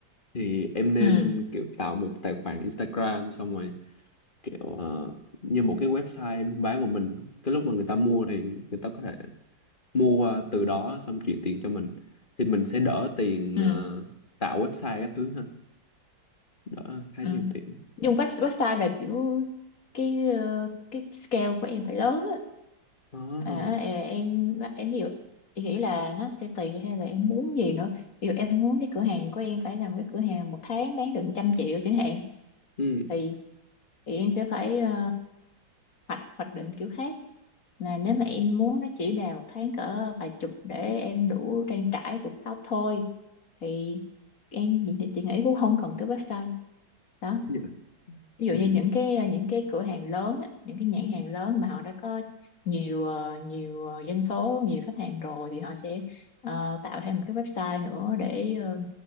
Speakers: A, on the left (about 30°); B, on the left (about 45°).
A: thì em nên
B: ừ
A: kiểu tạo một tài khoản Instagram xong rồi kiểu ờ, như một cái website buôn bán của mình cái lúc mà người ta mua thì người ta có thể mua qua từ đó xong chuyển tiền cho mình thì mình sẽ đỡ tiền
B: ừ
A: ờ, tạo website các thứ ha đỡ khá
B: ừ
A: nhiều tiền
B: nhưng web, website là kiểu cái ờ, cái scale của em phải lớn á
A: đó
B: à, ờ, em em ví dụ em nghĩ là nó sẽ tùy hay là em muốn gì nữa ví dụ em muốn cái cửa hàng của em phải làm cái cửa hàng một tháng bán được trăm triệu chẳng hạn
A: ừ.
B: thì thì em sẽ phải ờ, hoạch hoạch định kiểu khác là nếu mà
A: Ừ.
B: em muốn nó chỉ đà một tháng cỡ vài chục để em đủ trang trải cuộc sống thôi thì em chị, chị nghĩ cũng không cần tới website đó
A: Dạ.
B: ví dụ
A: Ừ.
B: như những cái những cái cửa hàng lớn á, những cái nhãn hàng lớn mà họ đã có nhiều ờ, nhiều ờ, doanh số nhiều khách hàng rồi thì họ sẽ ờ, tạo thêm một cái website nữa để ờ,